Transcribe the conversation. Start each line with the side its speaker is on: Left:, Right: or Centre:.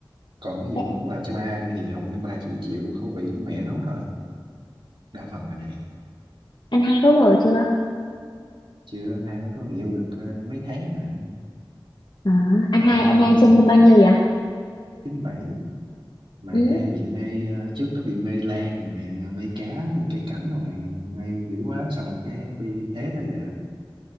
Right: còn ví dụ
Left: Ê,
Right: muốn làm cho ba ăn thì hầu như ba chỉ chịu khẩu vị của mẹ nấu thôi đa phần là vậy
Left: anh hai có vợ chưa
Right: chưa anh hai mới có người yêu được ờ, mấy tháng mà anh
Left: à, anh
Right: tại
Left: hai
Right: anh hai
Left: anh hai
Right: anh
Left: sinh năm bao nhiêu vậy
Right: chín bảy mà
Left: ừ.
Right: anh hai bị mê ờ, trước đó bị mê lan nè, mê cá mê cây cảnh rồi này mê dữ quá xong rồi cái bị ế tới giờ